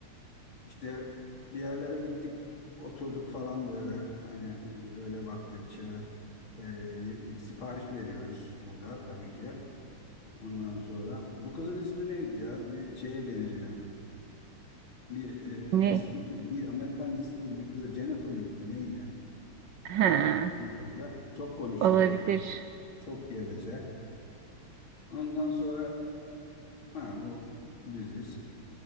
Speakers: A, on the left; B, on the right.
A: İşte bir yerlere gittik, oturduk falan böyle. Hani e, öyle vakti bir şeyler e, ye- sipariş veriyoruz burada tabii ki. Ondan sonra bu kızın ismi neydi ya? Bir şeye benziyor. Bir
B: Ne?
A: e, dizideki bir Amerikan dizisindeki bir kıza Jennifer mıydı neydi?
B: Ha,
A: Galiba en fazla. Çok konuşuyoruz
B: olabilir.
A: Çok, çok geveze. Ondan sonra ha, bu biziz.